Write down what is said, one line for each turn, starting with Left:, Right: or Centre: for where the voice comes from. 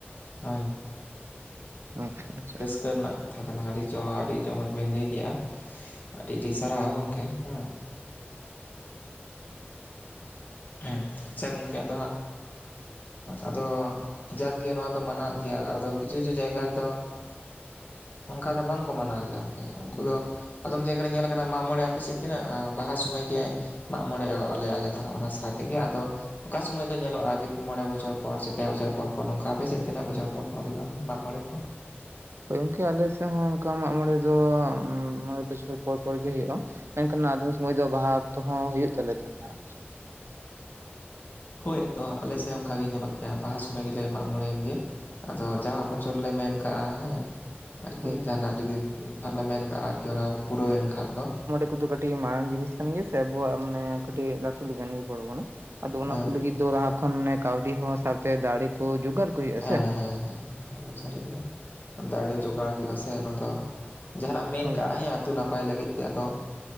Left: ᱦᱳᱭ
Right: <unintelligible>
Left: ᱨᱟᱹᱠᱟᱹ ᱨᱮᱱᱟᱜ ᱠᱟᱛᱷᱟ ᱠᱟᱱᱟ ᱟᱹᱰᱤ ᱡᱚ ᱟᱹᱰᱤ ᱡᱚᱢᱚᱠ ᱵᱮᱱ ᱞᱟᱹᱭ ᱠᱮᱜᱼᱟ᱾ ᱟᱹᱰᱤ ᱟᱹᱰᱤ ᱥᱟᱨᱦᱟᱣ ᱜᱚᱢᱠᱮ ᱦᱮᱸ ᱦᱮᱸ ᱟᱪᱪᱷᱟ ᱜᱚᱢᱠᱮ ᱟᱫᱚ ᱦᱟᱸᱜ ᱟᱫᱚ ᱡᱟᱠᱜᱮ ᱱᱚᱣᱟ ᱫᱚ ᱢᱮᱱᱟᱜ ᱜᱮᱭᱟ ᱟᱫᱚ ᱠᱤᱪᱷᱩ ᱠᱤᱪᱷᱩ ᱡᱟᱭᱜᱟ ᱨᱮᱫᱚ ᱚᱱᱠᱟ ᱫᱚ ᱵᱟᱝᱠᱚ ᱢᱟᱱᱟᱣ ᱜᱮᱭᱟ ᱟᱨᱠᱤ ᱩᱱᱠᱩ ᱫᱚ ᱟᱫᱚᱢ ᱡᱟᱭᱜᱟ ᱨᱮ ᱧᱮᱞ ᱟᱠᱟᱱᱟ ᱢᱟᱜᱽ ᱢᱚᱬᱮ ᱟᱯᱮᱥᱮᱫ ᱛᱤᱱᱟᱹᱜ ᱵᱟᱦᱟ ᱥᱩᱚᱢᱚᱭ ᱜᱮ ᱢᱟᱜ ᱢᱚᱬᱮᱞᱮ ᱟᱞᱮ ᱫᱚ ᱚᱱᱟ ᱥᱟᱶᱛᱮᱜᱮ ᱟᱫᱚ ᱚᱠᱟ ᱥᱚᱢᱚᱭ ᱫᱚ ᱧᱮᱞᱚᱜᱼᱟ ᱢᱚᱬᱮ ᱵᱚᱪᱚᱨ ᱚᱠᱟ ᱥᱟᱢᱚᱭ ᱫᱚ ᱧᱮᱞᱚᱜ ᱼᱟ ᱢᱚᱬᱮ ᱵᱚᱪᱷᱚᱨ ᱥᱮ ᱯᱮ ᱵᱚᱪᱷᱚᱨ ᱯᱚᱨ ᱱᱚᱝᱠᱟ ᱟᱯᱮᱮᱥᱮᱫ ᱛᱤᱱᱟᱹᱜ ᱵᱚᱪᱷᱚᱨ ᱯᱚᱨ-ᱯᱚᱨ ᱦᱩᱭᱩᱜᱼᱟ ᱢᱟᱜ ᱢᱚᱬᱮ ᱠᱚ
Right: ᱦᱚᱭ ᱜᱚᱝᱠᱮ ᱟᱞᱮᱮᱥᱮᱫ ᱦᱚᱸ ᱚᱱᱠᱟ ᱢᱟᱜ ᱢᱚᱬᱮ ᱫᱚ ᱢᱚᱬᱮ ᱵᱚᱪᱷᱚᱨ ᱯᱚᱨ ᱯᱚᱨ ᱜᱮ ᱦᱳᱭᱳᱼᱟ ᱢᱮᱱᱠᱷᱟᱱ ᱟᱫᱚᱢ ᱥᱚᱢᱚᱭ ᱫᱚ ᱵᱟᱦᱟ ᱚᱠᱛᱚ ᱦᱚᱸ ᱦᱩᱭᱩᱜ ᱛᱟᱞᱮ ᱛᱟᱦᱮᱱᱟ ᱟᱨ ᱪᱮᱫ᱾
Left: ᱦᱳᱭ ᱟᱫᱚ ᱟᱞᱮᱮᱥᱮᱫ ᱚᱱᱠᱟ ᱜᱮ ᱧᱮᱞᱚᱜ ᱜᱮᱭᱟ ᱵᱟᱦᱟ ᱥᱚᱢᱚᱭ ᱜᱮᱞᱮ ᱢᱟᱜ ᱢᱚᱬᱮᱭᱮᱱ ᱜᱮ᱾ ᱟᱫᱚ ᱡᱟᱦᱟᱸ ᱵᱚᱪᱷᱚᱨ ᱞᱮ ᱢᱮᱱ ᱠᱟᱜᱼᱟ ᱦᱮᱸ ᱟᱨᱠᱤ
Right: ᱦᱳᱭ᱾
Left: ᱡᱟᱦᱟᱱᱟᱜ ᱡᱩᱫᱤ ᱟᱨᱞᱮ ᱢᱮᱱ ᱠᱟᱜᱼᱟ ᱟᱨᱠᱤ ᱚᱱᱟ ᱯᱩᱨᱟᱹᱣᱮᱱ ᱠᱷᱟᱱ ᱫᱚ
Right: ᱩᱱᱠᱩᱫᱚ ᱠᱟᱹᱴᱤᱡ ᱢᱟᱨᱟᱝ ᱡᱤᱱᱤᱥ ᱠᱟᱱ ᱜᱮᱭᱟ ᱥᱮ ᱟᱵᱚᱣᱟᱜ ᱢᱟᱱᱮ ᱠᱟᱹᱴᱤᱡ ᱞᱴᱩᱠ ᱜᱮ ᱯᱚᱲᱚᱚᱱᱟ ᱟᱫᱚ ᱚᱱᱟ
Left: ᱦᱮᱸ
Right: ᱠᱚ ᱞᱟᱜᱤᱫ ᱞᱟᱦᱟ ᱠᱷᱚᱱ ᱢᱟᱱᱮ ᱠᱟᱹᱣᱰᱤ ᱦᱚᱸ ᱥᱟᱶᱛᱮ ᱫᱟᱲᱮ ᱠᱚ ᱡᱚᱜᱟᱲ ᱠᱚ ᱦᱩᱭᱩᱜᱼᱟ
Left: ᱦᱮᱸ
Right: ᱥᱮ
Left: ᱦᱮᱸ ᱮᱠᱫᱚᱢ ᱥᱟᱹᱨᱤ ᱜᱮ ᱫᱟᱲᱮ ᱡᱚᱜᱟᱲ ᱦᱩᱭᱩᱜ ᱟ ᱥᱮ ᱚᱱᱟ ᱫᱚ ᱡᱟᱦᱟᱱᱟᱜ ᱢᱮᱱᱠᱟᱜ
Right: ᱦᱳᱭ᱾
Left: <unintelligible> ᱟᱛᱩ ᱱᱟᱯᱟᱭ ᱞᱟᱹᱜᱤᱫ ᱛᱮ ᱟᱫᱚ